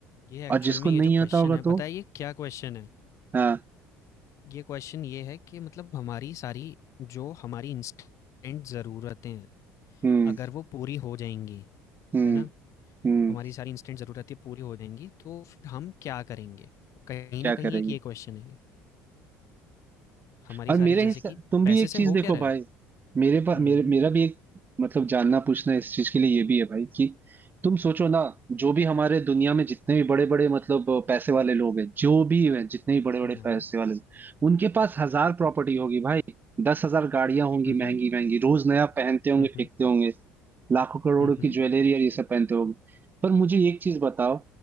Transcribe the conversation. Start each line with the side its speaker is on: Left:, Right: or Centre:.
Left: ये एक्चुअल
Right: और जिसको
Left: में ये जो
Right: नहीं
Left: क्वेश्चन
Right: आता होगा
Left: है
Right: तो
Left: पता है ये क्या क्वेश्चन है
Right: हाँ
Left: ये क्वेश्चन ये है कि मतलब हमारी सारी जो हमारी इंस्टेंट ज़रूरतें हैं
Right: हम्म
Left: अगर वो पूरी हो जाएंगी
Right: हम्म
Left: है ना
Right: हम्म
Left: हमारी सारी इंस्टेंट ज़रूरतें पूरी हो जाएँगी, तो फिर हम क्या करेंगे? कहीं
Right: क्या
Left: न कहीं
Right: करेंगे
Left: एक ये क्वेश्चन है ये। हमारी
Right: और
Left: सारी
Right: मेरे
Left: जैसे
Right: हिसाब
Left: कि
Right: तुम
Left: पैसे
Right: भी एक
Left: से
Right: चीज
Left: हो
Right: देखो
Left: क्या रहा
Right: भाई
Left: है?
Right: मेरे पास
Left: हुँ,
Right: मेरे मेरा भी एक मतलब जानना पूछना इस चीज के लिए ये भी है भाई कि तुम सोचो ना जो भी हमारे दुनिया में जितने भी बड़े बड़े मतलब पैसे वाले लोग हैं जो भी हैं जितने भी बड़े बड़े
Left: हुँ, हुँ,
Right: पैसे वाले लोग उनके पास हजार प्रॉपर्टी होगी भाई दस हजार गाड़ियां होंगी
Left: हुँ,
Right: महंगी महंगी रोज नया पहनते होंगे
Left: हुँ, हुँ,
Right: फेंकते होंगे लाखों करोड़ों
Left: हुँ,
Right: की
Left: हुँ,
Right: ज्वेलरी और ये सब पहनते होंगे पर मुझे एक चीज बताओ